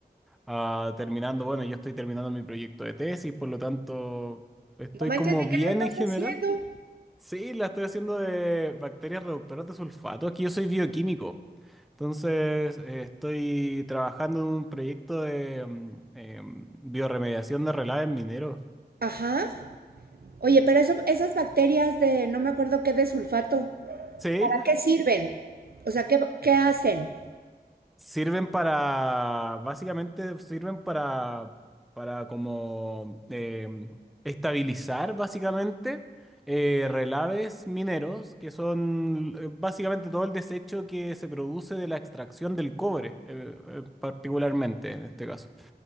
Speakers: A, in the centre; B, on the right (about 65°).
A: ah, terminando, bueno, yo estoy terminando mi proyecto de tesis, por lo tanto, estoy
B: No manches,
A: como
B: ¿de qué
A: bien
B: le estás
A: en general.
B: haciendo?
A: Sí, la estoy haciendo de bacterias reductoras de sulfato. Aquí yo soy bioquímico. Entonces, eh, estoy trabajando en un proyecto de mm, em, bioremediación de relaves mineros.
B: Ajá. Oye, pero eso, esas bacterias de no me acuerdo qué de sulfato,
A: Sí,
B: ¿para qué sirven? O sea, ¿qué, qué hacen?
A: Sirven para, básicamente sirven para, para como eh, estabilizar básicamente eh, relaves mineros, que son eh, básicamente todo el desecho que se produce de la extracción del cobre, eh, eh, particularmente en este caso.